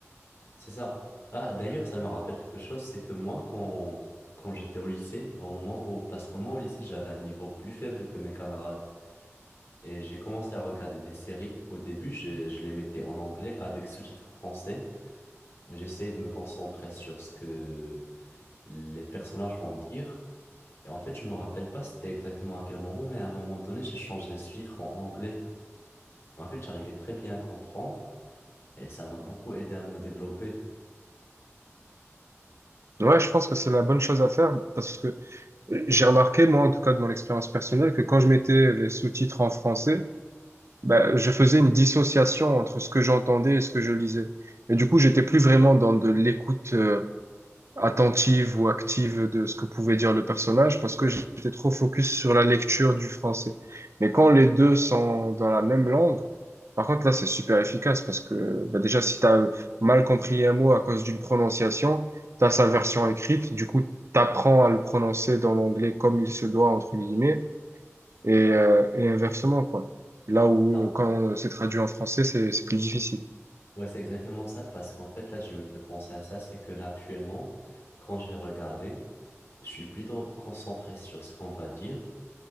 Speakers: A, on the left; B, on the right.
A: C'est ça. Ah, d'ailleurs, ça me rappelle quelque chose, c'est que moi, quand, quand j'étais au lycée, au moment où, parce que moi au lycée, j'avais un niveau plus faible que mes camarades. Et j'ai commencé à regarder des séries. Au début, je, je les mettais en anglais avec sous-titres français. J'essayais de me concentrer sur ce que les personnages vont dire. Et en fait, je me rappelle pas c'était exactement à quel moment, mais à un moment donné, j'ai changé les sous-titres en anglais. En fait, j'arrivais très bien à comprendre et ça m'a beaucoup aidé à me développer.
B: Ouais, je pense que c'est la bonne chose à faire parce que euh, j'ai remarqué, moi, en tout cas de mon expérience personnelle, que quand je mettais les sous-titres en français, ben, je faisais une dissociation entre ce que j'entendais et ce que je lisais. Et du coup, j'étais plus vraiment dans de l'écoute euh, attentive ou active de ce que pouvait dire le personnage parce que j'étais trop focus sur la lecture du français. Mais quand les deux sont dans la même langue, par contre, là, c'est super efficace parce que ben, déjà, si tu as mal compris un mot à cause d'une prononciation, tu as sa version écrite, du coup, tu apprends à le prononcer dans l'anglais comme il se doit, entre guillemets et, euh, et inversement, quoi. Là où,
A: Ah.
B: euh, quand c'est traduit en français, c'est, c'est plus difficile.
A: Ouais, c'est exactement ça parce qu'en fait, là, je me fais penser à ça, c'est que là, actuellement, quand je vais regarder, je suis plutôt concentré sur ce qu'on va dire.